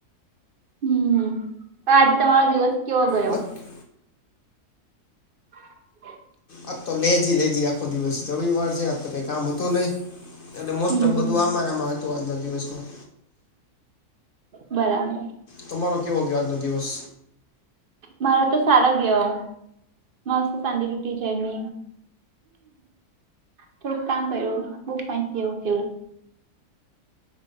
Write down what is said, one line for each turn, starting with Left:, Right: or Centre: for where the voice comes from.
Right: હમ આજે તમારો દિવસ કેવો ગયો
Left: બાકી
Right: હ
Left: અ તો લેજી લેજજી આ આખો દિવસ રવિ વાર છે આપ તો કઈ કામ હતું નહીિ એટલે મોસ્ટ
Right: હમ
Left: ઓફ બધું આમારામાં હત તો આજના દિવસમાં
Right: બરાબર
Left: તમારો કેવો ગયો આજનો દિવસ
Right: મારા તો સારા ગેવા મસ્ ચાંદદી રોટી છેમ હ થોડુંક કામ પ્યું બહ પા એવું એવું